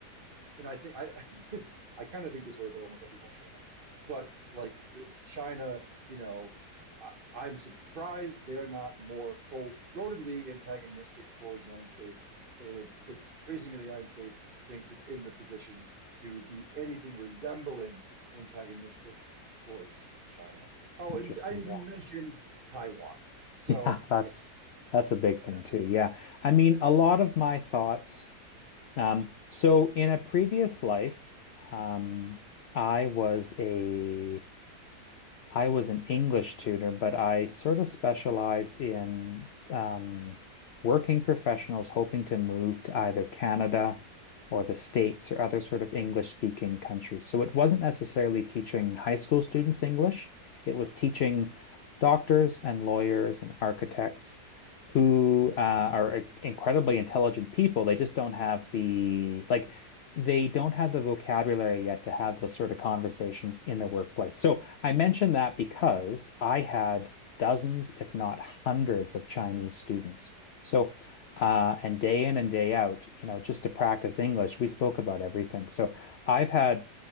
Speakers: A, on the right; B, on the left.
A: and I think I I, <laughs> this I kind of think this way about almost every country on earth. But like the, China, you know, I, I'm surprised they're not more full-throatedly antagonistic towards the United States. And it's it's crazy to me the United States thinks it's in the position to be anything resembling antagonistic towards China. Oh,
B: Interesting.
A: and I didn't even
B: Yeah.
A: mention
B: <laughs>
A: Taiwan. So
B: Yeah. That's
A: yeah,
B: that's a big thing
A: yeah,
B: too. Yeah. I mean, a lot of my thoughts. Um, so in a previous life, um, I was a I was an English tutor, but I sort of specialized in um, working professionals hoping to move to either Canada or the States or other sort of English speaking countries. So it wasn't necessarily teaching high school students English, it was teaching doctors and lawyers and architects who uh, are incredibly intelligent people. They just don't have the, like, they don't have the vocabulary yet to have those sort of conversations in the workplace. So I mention that because I had dozens, if not hundreds, of Chinese students. So, uh, and day in and day out, you know, just to practice English, we spoke about everything. So I've had